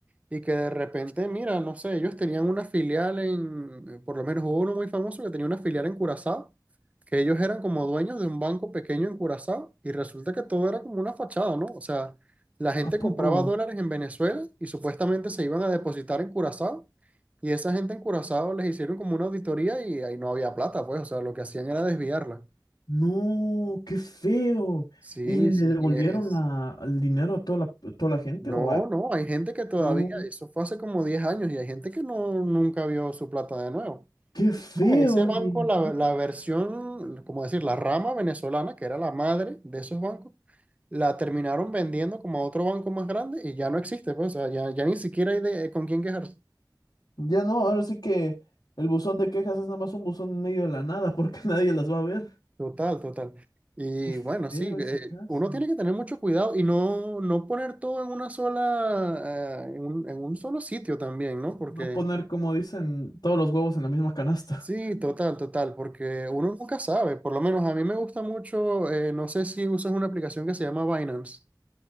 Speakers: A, on the right; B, on the left.
A: y que de repente, mira, no sé, ellos tenían una filial en, eh, por lo menos hubo uno muy famoso que tenía una filial en Curazao, que ellos eran como dueños de un banco pequeño en Curazao y resulta que todo era como una fachada, ¿no? O sea, la gente
B: ¿A
A: compraba
B: poco?
A: dólares en Venezuela y supuestamente se iban a depositar en Curazao y esa gente en Curazao les hicieron como una auditoría y ahí no había plata, pues, o sea, lo que hacían era desviarla.
B: No, qué feo.
A: Sí,
B: ¿Y le
A: sí,
B: devolvieron
A: y es.
B: la, el dinero a toda la, a toda la gente?
A: No,
B: ¿O a-
A: no, hay gente que todavía,
B: No,
A: eso fue hace como 10 años y hay gente que no, nunca vio su plata de nuevo.
B: qué feo,
A: No, ese banco,
B: oye.
A: la,
B: ¿no?
A: la versión, como decir, la rama venezolana, que era la madre de esos bancos, la terminaron vendiendo como a otro banco más grande y ya no existe, pues, o sea, ya, ya ni siquiera hay de- con quién quejarse.
B: Ya no, ahora sí que el buzón de quejas es nada más un buzón en medio de la nada porque <laughs> nadie las va a ver.
A: Total, total. Y
B: Qué feo
A: bueno, sí,
B: ese
A: eh,
B: caso.
A: uno tiene que tener mucho cuidado y no, no poner todo en una sola, eh, en un, en un solo sitio también, ¿no?
B: No
A: Porque
B: poner, como dicen, todos los huevos en la misma canasta.
A: sí, total, total, porque uno nunca sabe. Por lo menos a mí me gusta mucho, eh, no sé si usas una aplicación que se llama Binance.